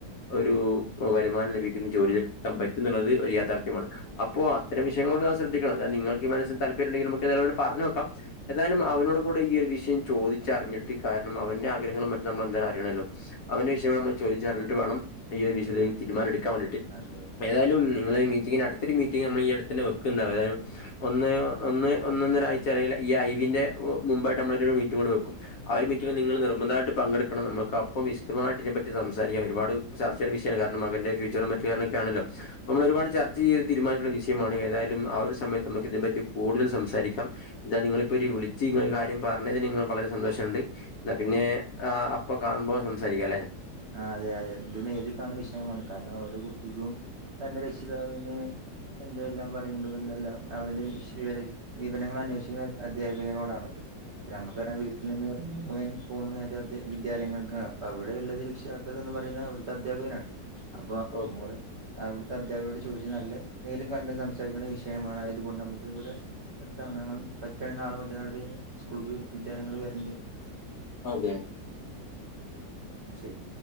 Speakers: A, on the left; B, on the right.
A: ഒരു വരുമാനം ലഭിക്കുന്ന ജോലി ഒരു വരുമാനം ലഭിക്കുന്ന ജോലിയിൽ എത്താൻ പറ്റുന്നു ള്ളത് ഒരു യാഥാർത്ഥ്യമാണ് അപ്പോ അത്തരം വിഷയങ്ങ നമ്മൾ ശ്രദ്ധിക്കണം ഞാൻ നിങ്ങൾക്ക് ഹുമ എന്തെങ്കിലും ഒക്കെ പറ ഞ് നോക്കാം എന്തായാലും അവനോട് കൂടെ ഈ ഒരു വിഷയം ചോദിച്ചറിഞ്ഞിട്ട് കാരണം അവന്റെ ഒരു ആഗ്രഹങ്ങളും മ റ്റും നമ്മൾ എന്തായാലും അിയണമല്ലോ അവന്റെ
B: അതെ
A: വിഷ
B: അതെ
A: ന മ്മൾ ചോദിച്ചറിഞ്ഞിട്ട വണം ഈ വി ഷ യ ത്തിൽ തീരുമാന എടുക്കാൻ വേണ്ടിട്ട്
B: അതെ അതെ
A: ഏതായാലും നിങ്ങൾ മീറ്റിന്റെ അടു ത്ത് ഒരു മീററ്റിങ് നമ്മൾ വെക്കണ്ടും അതായ ഒന്ന് ഒന്ന് ഒന്ന ഒന്നിന ആഴ്ച അറയില്ല ഈ ഒന്ന് ഒന്നര ആഴ്ച ഈ ഐവിന്റെ മുമ്പായിട്ട് നമ്മ മീറ്റ് കൊടെ വെക്കും ആ ഒരു മീറ്റി നിങ്ങൾ നി മുതായിട്ട് പങ്കെടുക്കണം നമുക്ക അപ്പം വിശദ്ധമായിട്ട്പങ്കെടുക്കണം നമ്മുക്ക് അപ്പോ വിശദമായി ഇതിനെ പറ്റി സംസാരിക്കാ ഒരുാ ചർച്ചയുടെ വിഷയമാണ് കാരണം മകന്റെ ഫ്യൂച്ചർ മ കേരളൊക്കെയാണല്ലോ നമ്മൾ ഒരുപാട് ആണല്ലോ ഒരുപാട് ചർച്ച ചെയ്ത് തീരുനിക്കണ്ട വിഷയമാണ് ഏതായാലും ആ ഒരു സമയത്ത് നമുക്ക ഇതിനെ പറ്റി കൂടുതൽ സംസാരിക്കാം ഇാ കൂടുതൽ സംസാരികാം ഇതാ നിങ്ങളിപ്പോൾര് വിളിച്ച്ങ്ങ കാര്യം പറഞ്ഞതിന് നിങ്ങൾ വളരെ സന്തോഷമുണ്ട് എന്നാ
B: അതെ
A: പിന്നെ അപ്പൊ കാണുമ്പോ സംസാരിക്കാം ല്ലേ
B: അതെ അതെ ഇത് നേരി കാണുന്ന വിഷയമാണ് കാരണം ഓരോ കുട്ടിക്കും തന്റെ രക്ഷിതാവിന് എന്തെല്ലാം പറയേണ്ടതുന്തെല്ലാം എന്ത് എല്ലാം പറയുന്നത് എല്ലാം അവന്റെ വിവരങ്ങൾ അന്വേഷിക്കുന്ന അധ്യാപികനോടാണല്ലോ ന്നെ നമുക്കറിയൻ വീട്ടിൽ നിന്ന് ഇറങ്ങിയ പോകുന്ന നേരേ വിദ്യാലയങ്ങൾക്കാണ് അപ്പൊ അവിടെ ഉള്ള ഷോ ക്കന്ന് പറയുന്നത് അവിടുത്തെ അധ്യാപകനാണ് അപ്പൊ നമ്മ
A: ഓക്കെ
B: അവിടുത്തെ അദ്ധ്യാപകരോട് ചോദിച്ചു നല്ല നേരും കണ്ട് സംസാരിക്കുന്ന വിഷയമാണ്യതുകൊണ്ട് നമുക്ക് ഇവിടെ നിർത്ത ഞങ്ങൾ പറ്റിക യാണെങ്കിൽ നാളെ മറ്റേന്നാള തേക്ക് സ്കൂൾക്ക് വിദ്യാലയങ്ങളി ൽ വരണ്ട്
A: അതെ
B: ന്നാ ശരി